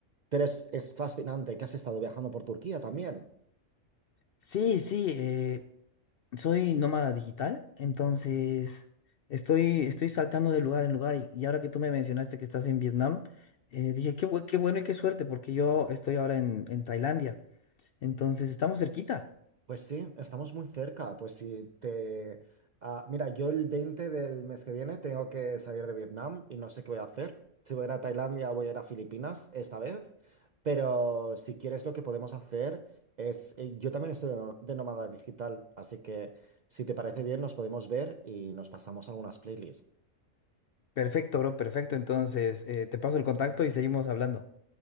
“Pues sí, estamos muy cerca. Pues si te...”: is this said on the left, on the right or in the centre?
Right